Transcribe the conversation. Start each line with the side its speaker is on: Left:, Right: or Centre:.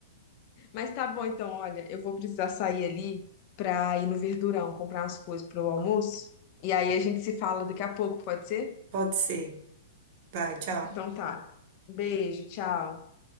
Left: Mas tá bom, então, olha, eu vou precisar sair ali pra ir no Verdurão comprar umas coisas pro almoço. E aí a gente se fala daqui a pouco, pode ser?
Right: Pode ser. Vai, tchau.
Left: Então tá. Beijo, tchau.